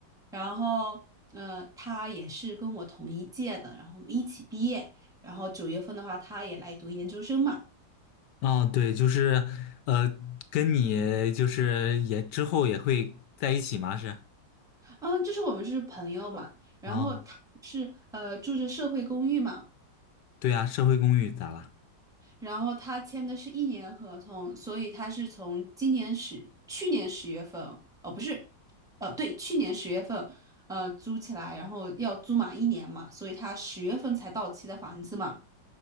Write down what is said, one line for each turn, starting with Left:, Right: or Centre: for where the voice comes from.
Centre: 然后呃，他也是跟我同一届的，然后我们一起毕业，然后九月份的话，他也来读研究生嘛，
Left: 哦，对，就是，呃，跟你就是也之后也会在一起吗？是，
Centre: 嗯，就是我们是朋友嘛，然后他是呃住着社会公寓嘛。
Left: 啊，对啊，社会公寓咋了？
Centre: 然后他签的是一年合同，所以他是从今年十，去年十月份，哦，不是，呃，对，去年十月份，呃，租起来，然后要租满一年嘛，所以他十月份才到期的房子嘛。